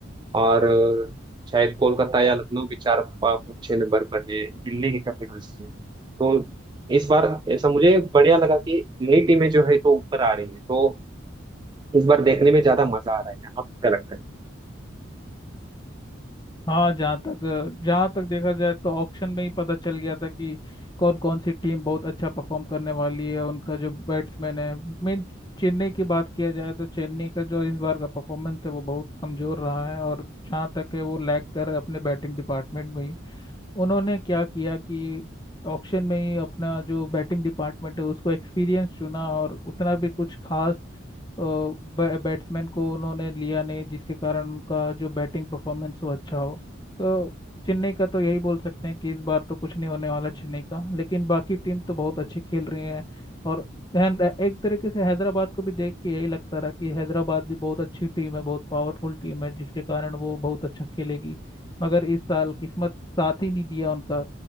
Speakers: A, on the right; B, on the left.
A: और अ, शायद कोलकाता या लखनऊ भी चार पा- छह नंबर पर है दिल्ली की कैपिटल्स है तो इस बार ऐसा मुझे बढ़िया लगा कि नई टीमें जो है तो ऊपर आ रही है तो इस बार देखने में ज्यादा मजा आ रहा है आपको क्या लगता है
B: हाँ जहाँ तक जहाँ तक देखा जाए तो ऑक्शन में ही पता चल गया था कि कौन कौन सी टीम बहुत अच्छा परफॉर्म करने वाली है उनका जो बैट्समैन है मेन चेन्नई की बात किया जाए तो चेन्नई का जो इस बार का परफॉर्मेंस है वो बहुत कमजोर रहा है और जहाँ तक है वो लैग कर रहा है अपने बैटिंग डिपार्टमेंट में ही उन्होंने क्या किया कि ऑक्शन में ही अपना जो बैटिंग डिपार्टमेंट है उसको एक्सपीरियंस चुना और उतना भी कुछ खास बैट्समैन को उन्होंने लिया नहीं जिसके कारण उनका जो बैटिंग परफॉर्मेंस वो अच्छा हो तो चेन्नई का तो यही बोल सकते हैं कि इस बार तो कुछ नहीं होने वाला चेन्नई का लेकिन बाकी टीम तो बहुत अच्छी खेल रही है और है- एक तरीके से हैदराबाद को भी देख के यही लगता रहा कि हैदराबाद भी बहुत अच्छी टीम है बहुत पावरफुल टीम है जिसके कारण वो बहुत अच्छा खेलेगी मगर इस साल किस्मत साथ ही नहीं दिया उनका